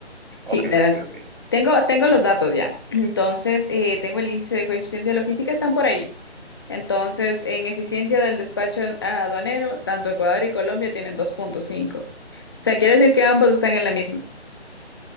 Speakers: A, on the right; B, on the left.
A: Ok,
B: Sí, verás,
A: ok, ok.
B: tengo, tengo los datos ya. Entonces, eh, tengo el índice de coeficiencia logística, están por ahí. Entonces, en eficiencia del despacho aduanero, tanto Ecuador y Colombia tienen 2.5. O sea, quiere decir que ambos están en la misma.